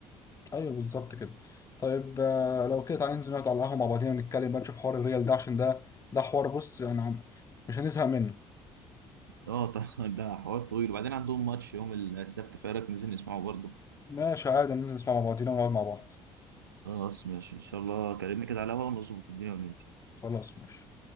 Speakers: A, on the left; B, on the right.
A: ايوه بالظبط كده طيب آه، لو كده تعالى ننزل نقعد على القهوه مع بعضينا نتكلم بقى نشوف حوار الريال ده عشان ده ده حوار بص يعني عم- مش هنزهق منه
B: اه طبعا <laughs> ده حوار طويل وبعدين عندهم ماتش يوم السبت فايرك ننزل نسمعه برضه
A: ماشي عادي ننزل نسمع مع بعضينا ونقعد مع بعض
B: خلاص ماشي ان شاء الله كلمني كده على الهوا ونظبط الدنيا وننزل
A: خلاص ماشي